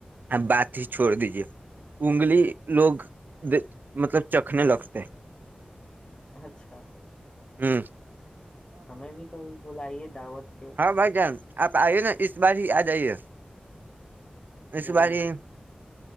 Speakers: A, on the right; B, on the left.
A: بات ہی چھوڑ دیجیے انگلی لوگ مطلب چکھنے لگتے ہیں
B: اچھا
A: ہوں
B: ہمیں بھی کبھی بلائیے دعوت پہ
A: ہاں بھائی جان آپ آئیے نا اس بار ہی آ جائیے اس
B: ضرور
A: باری